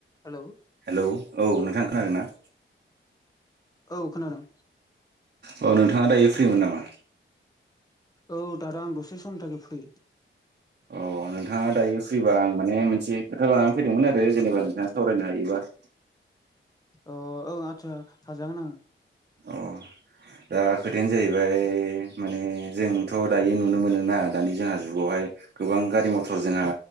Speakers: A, on the left (about 15°); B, on the right (about 50°).
A: Hello
B: hello औ नोंथां खोनादों ना
A: औ खोनादों
B: औ नोंथाङा दायो फ्रिमोन नामा?
A: औ दादा आं दसे सम थाखाय फ्रि
B: अ' नोंथाङा दायो फ्रिबा आं माने मोनसे खोथा लानानै फैदोंमोन आरो जेनेबा नोंथाङा सावरायनो हायोबा <inaudible>
A: अ ओ आदसा हाजागोन आङो
B: अ दा खोथायानो जाहैबाय माने जोंथ' दायो नुनो मोनो ना दानि जोंहा जुगावहाय गोबां गारि मथर मटर जोंहा
A: औ